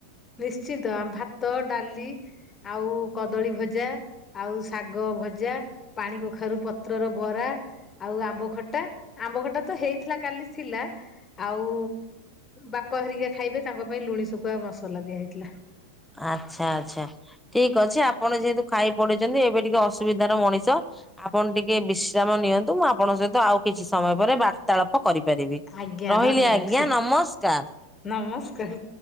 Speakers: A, on the left (about 20°); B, in the centre.
A: ନିଶ୍ଚିନ୍ତ ଭାତ, ଡାଲି ଆଉ କଦଳୀ ଭଜା। ଆଉ ଶାଗ ଭଜା, ପାଣି କଖାରୁ ପତ୍ରର ବରା। ଆଉ ଆମ୍ବ ଖଟା ଆମ୍ବ ଖଟା ତ ହେଇଥିଲା କାଲି ଥିଲା। ଆଉ ବାପା ହେରିକା ଖାଇବେ ତାଙ୍କ ପାଇଁ ଲୁଣି ଶୁଖୁଆ ମସଲା ଦିଆ ହେଇଥିଲା।
B: ଆଚ୍ଛା ଆଚ୍ଛା ଠିକ ଅଛି ଆପଣ ଯେହେତୁ ଖାଇ ପଡିଚନ୍ତି ଏବେ ଟିକେ ଅ ଅସୁବିଧାର ମଣିଷ ଆପଣ ଟିକେ ବିଶ୍ରାମ ନିଅନ୍ତୁ ମୁଁ ଆପଣଙ୍କ ସହିତ ଆଉ କିଛି ସମୟ ପରେ ବାର୍ତ୍ତାଳାପ କରିପାରିବେ
A: ଆଜ୍ଞା
B: ରହିଲି
A: ଧନ୍ୟବାଦ
B: ଆଜ୍ଞା ନମସ୍କାର।
A: ନମସ୍କାର